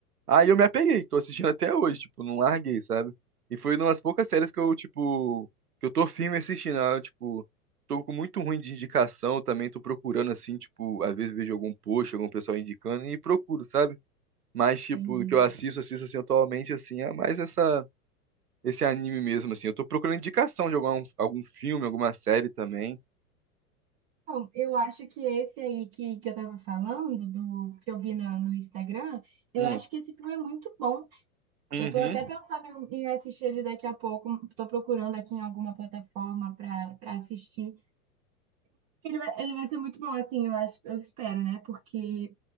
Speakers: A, on the right; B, on the right.
A: Aí eu me apeguei, tô assistindo até hoje, tipo, não larguei, sabe? E foi uma das poucas séries que eu, tipo, que eu tô firme assistindo. ah, Eu, tipo, tô com muito ruim de indicação também, tô procurando assim, tipo, às vezes vejo algum post, algum pessoal indicando e procuro, sabe? Mas, tipo,
B: Entendi.
A: o que eu assisto, assisto assim atualmente, assim, é mais essa, esse anime mesmo, assim. Eu tô procurando indicação de algum, algum filme, alguma série também.
B: Então, eu acho que esse aí que, que eu tava falando, do que eu vi na- no, Instagram, eu
A: Hum,
B: acho que esse filme é muito bom.
A: uhum,
B: Eu tô até pensando em em assistir ele daqui a pouco. Tô procurando aqui em alguma plataforma para pra assistir. Ele vai, ele vai ser muito bom, assim, eu acho, eu espero, né? Porque